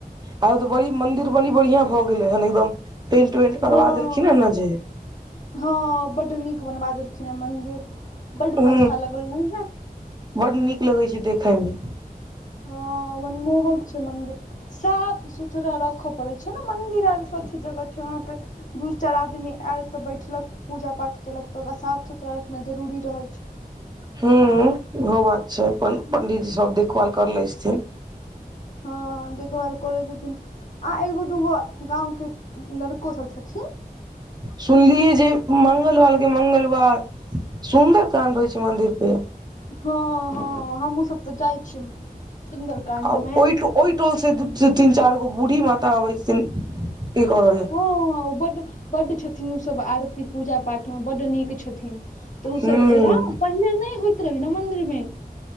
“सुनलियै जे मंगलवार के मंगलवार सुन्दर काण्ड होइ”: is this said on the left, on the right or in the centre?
Right